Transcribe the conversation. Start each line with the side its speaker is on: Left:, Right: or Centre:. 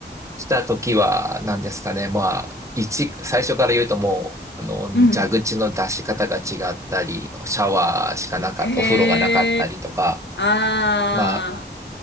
Right: した時は、何ですかね。まあ、一、最初から言うともう、あの、蛇口の出し方が違ったり、
Left: うん。
Right: シャワーしかなかった、
Left: へえ。
Right: お風呂がなかったりとか、
Left: ああ。
Right: まあ、